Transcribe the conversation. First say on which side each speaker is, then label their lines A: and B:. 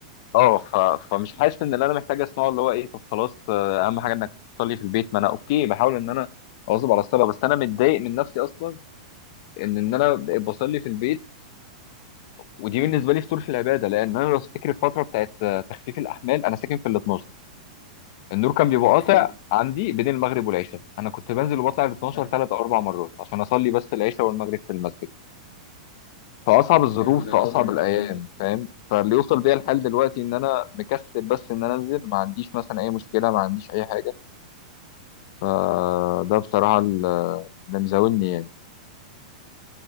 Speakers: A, on the left (about 45°); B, on the left (about 80°).
A: اه ف- فمش حاسس ان اللي انا محتاج اسمعه اللي هو ايه طب خلاص آه، اهم حاجه انك تصلي في البيت ما انا اوكي بحاول ان انا اواظب على الصلاه بس انا متضايق من نفسي اصلا ان ان انا بقيت بصلي في البيت ودي بالنسبه لي فطور في العباده لان انا لو تفتكر الفتره بتاعت آه، تخفيف الاحمال انا ساكن في ال 12 النور كان بيبقى
B: اوكي
A: قاطع عندي بين المغرب والعشاء انا كنت بنزل وبطلع ال 12
B: تمام.
A: ثلاث او اربع مرات عشان اصلي بس العشاء والمغرب في المسجد في اصعب الظروف
B: حلو ده
A: في اصعب
B: جميل
A: الايام فاهم فاللي يوصل بيا الحال دلوقتي ان انا مكسل بس ان انا انزل ما عنديش مثلا اي مشكله ما عنديش اي حاجه فده بصراحه ال- اللي مزاولني يعني